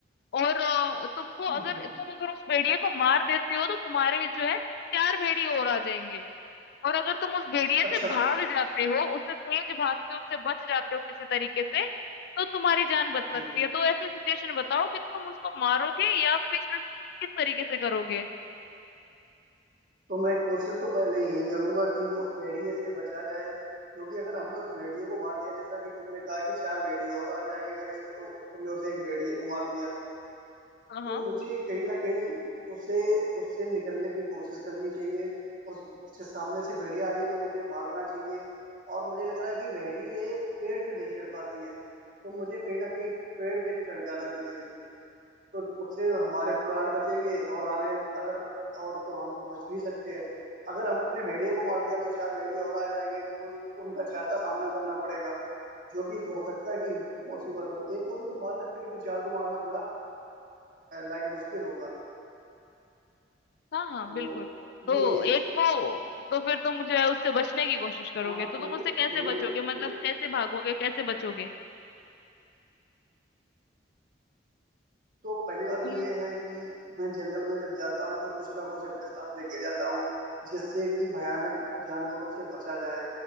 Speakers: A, on the left (about 60°); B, on the right (about 50°).
A: और अ, तुमको
B: हम्म,
A: अगर तुम अगर उस भेड़िए को मार देते हो तो तुम्हारे जो है चार भेड़िए और आ जाएंगे और अगर तुम उस भेड़िए
B: अच्छा
A: से भाग जाते हो उससे तेज भागते हो उससे बच जाते हो किसी तरीके से तो तुम्हारी जान बच सकती
B: हम्म,
A: है तो ऐसी सिचुएशन बताओ कि तुम उसको मारोगे या फिर किस तरीके से करोगे
B: तो मैं कोशिश तो पहले यही करूंगा कि उस भेड़िए से बचा जाए क्योंकि अगर हमने उस भेड़िए को मार दिया जैसा कि तुमने कहा कि चार भेड़िए और आ जाएंगे अगर ये- ओ, तुमने उसे एक भेड़िए को मार दिया
A: हाँ हाँ
B: तो मुझे कहीं ना कहीं उसे उससे निकलने की कोशिश करनी चाहिए उस जिस सामने से भेड़िया आ रही है तो मुझे भागना चाहिए और मुझे लग रहा है कि भेड़िए पेड़ पे नहीं चढ़ पाती है तो मुझे कहीं ना कहीं पेड़ पे चढ़ जाना चाहिए तो उससे हमारे प्राण बचेंगे और आने अगर और तो हम बच भी सकते हैं अगर हमने भेड़ियों को मार दिया तो चार भेड़िए और आ जाएंगे तो उन, उनका चार का सामना करना पड़ेगा जो कि हो सकता है कि इम्पॉसिबल हो एक को तो तुम मार सकते हो लेकिन चार को मारना थोड़ा लाइक मुश्किल होगा
A: हाँ हाँ
B: तो
A: बिल्कुल तो
B: ये
A: एक को तो फिर तुम जो है उससे बचने की कोशिश करोगे
B: हाँ हाँ
A: तो
B: बोले
A: तुम
B: वो
A: उससे कैसे
B: बोले बोले
A: बचोगे मतलब कैसे भागोगे कैसे बचोगे
B: तो पहली बात
A: तुम
B: तो ये है कि मैं जंगल में जब जाता हूँ तो कुछ ना कुछ अपने साथ लेके जाता हूँ जिससे कि भयानक जानवरों से बचा जाए